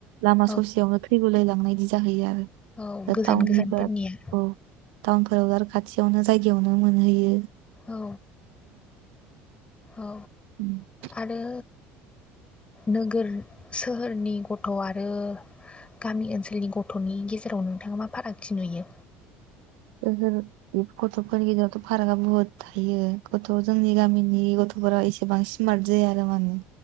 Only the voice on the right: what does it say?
लामा
ससेयावनो थैगुंलाय लांनाय बिदि जाहैयो आरो
दा
टाउननिफोरा
औ टाउनफोराव आरो खाथियावनो जायगायावनो मोनहैयो।
<inaudible>
ओहो गथ'फोरनि गेजेरावथ' फारागआ बुहुद थायो गथ' जोंनि गामिनि गथ' एसेबां माने सिमार्ट जायो आरो माने